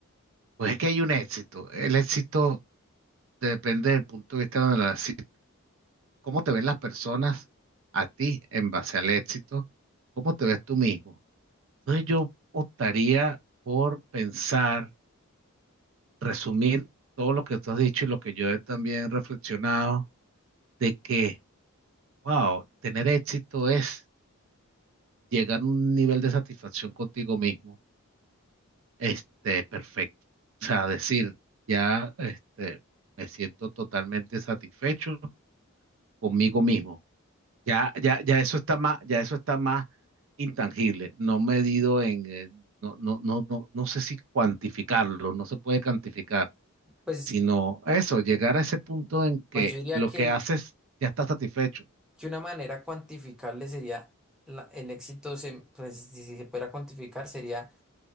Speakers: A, on the right; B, in the centre.
A: Pues es que hay un éxito. El éxito depende del punto de vista donde la, si- cómo te ven las personas a ti en base al éxito, cómo te ves tú mismo. Entonces yo optaría por pensar, resumir todo lo que tú has dicho y lo que yo he también reflexionado, de que, wow, tener éxito es llegar a un nivel de satisfacción contigo mismo, este, perfecto. O sea, decir, ya, este, me siento totalmente satisfecho conmigo mismo. Ya, ya, ya eso está más, ya eso está más intangible, no medido en, eh, no, no, no, no, no sé si cuantificarlo, no se puede cuantificar
B: Pues,
A: sino eso, llegar a ese punto en que
B: pues yo diría
A: lo
B: que,
A: que
B: el-
A: haces ya está satisfecho.
B: que una manera cuantificable sería la- el éxito, se, pues, si se pudiera cuantificar, sería